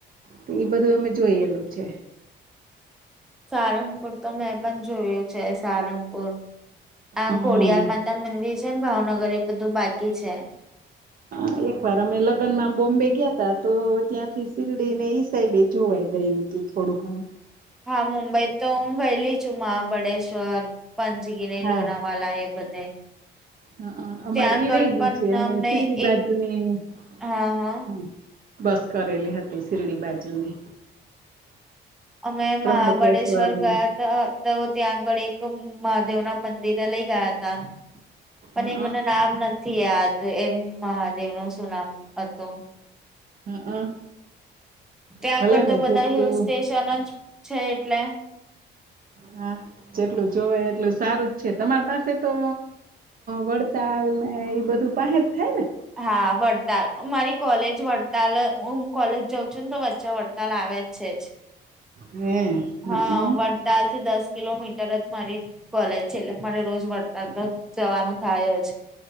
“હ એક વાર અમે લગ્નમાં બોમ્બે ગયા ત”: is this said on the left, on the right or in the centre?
Right